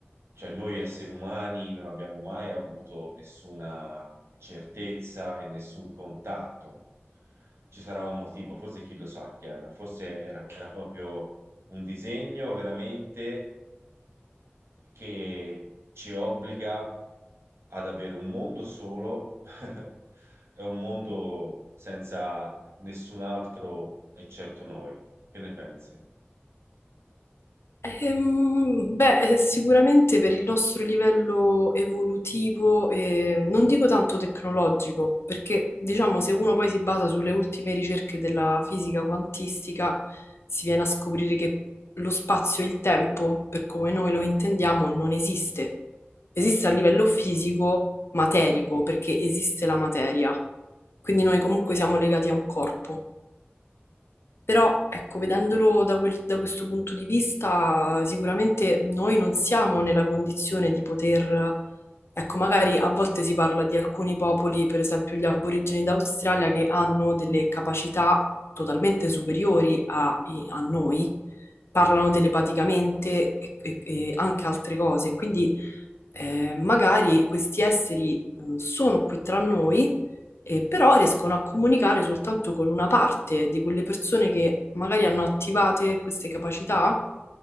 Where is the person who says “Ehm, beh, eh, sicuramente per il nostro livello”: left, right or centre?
Left